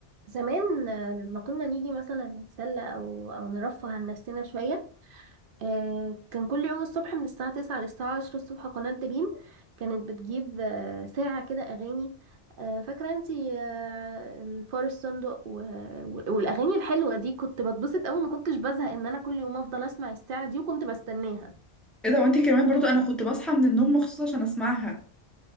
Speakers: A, on the right (about 55°); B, in the centre.
A: زمان آه، لما كنا نيجي مثلا نتسلى أو أو نرفه عن نفسنا شوية آه، كان كل يوم الصبح من الساعة تسعة للساعة عشرة الصبح قناة دريم كانت بتجيب آه، ساعة كده أغاني آه، فاكرة انتي آه، الفار الصندوق و- و- والأغاني الحلوة دي كنت بتبسط أوي ما كنتش بزهق إن أنا كل يوم أفضل أسمع الساعة دي وكنت بستناها
B: ايه ده وانتي كمان برضو انا كنت بصحى من النوم مخصوص عشان اسمعها